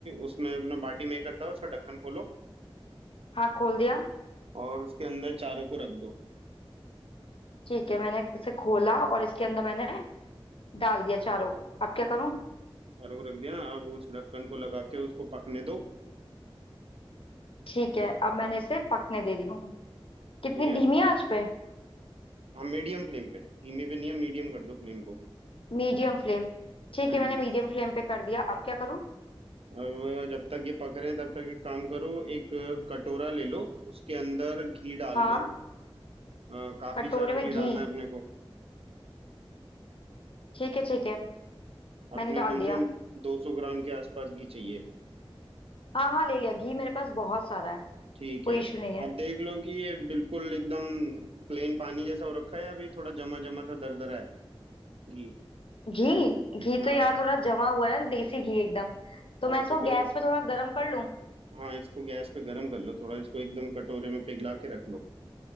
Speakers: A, on the right (about 80°); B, on the left (about 65°).
A: उसमें अपना बाटी मेकर था उसका ढक्कन खोलो
B: हाँ खोल दिया
A: और उसके अंदर चारों को रख दो
B: ठीक है मैंने इसे खोला और इसके अंदर मैंने डाल दिया चारों अब क्या करूं
A: चारों को रख दिया ना अब उस ढक्कन को लगा के उसको पकने दो
B: ठीक है अब मैंने इसे पकने दे रही हूँ कितनी
A: ठीक है
B: धीमी आंच पे
A: हाँ मीडियम फ्लेम पे धीमे पे नहीं है मीडियम कर दो फ्लेम को
B: Medium flame ठीक
A: हम्म
B: है मैंने मीडियम फ्लेम पे कर दिया अब क्या करूँ
A: अब जब तक ये पक रहे हैं तब तक एक काम करो एक कटोरा ले लो उसके अंदर घी डाल
B: हाँ
A: लो अ, काफी
B: कटोरे
A: सारा
B: में
A: घी
B: घी
A: डालना है अपने को
B: ठीक है ठीक है मैंने
A: अपने को
B: डाल
A: कम
B: दिया
A: से कम 200 ग्राम के आसपास घी चाहिए
B: हाँ हाँ ले लिया घी मेरे पास बहुत सारा है
A: ठीक
B: कोई
A: है
B: इशू नहीं है
A: अब देख लो कि ये बिल्कुल एकदम प्लेन पानी जैसा हो रखा है या अभी थोड़ा जमा जमा सा दरदरा है घी
B: घी घी
A: हाँ
B: तो यार थोड़ा जमा हुआ है ना देसी घी एकदम तो
A: हाँ
B: मैं इसको
A: तो फिर
B: गैस
A: एक
B: पे थोड़ा गर्म कर लूँ
A: हाँ इसको गैस पे गर्म कर लो थोड़ा इसको एकदम कटोरे में पिघला के रख लो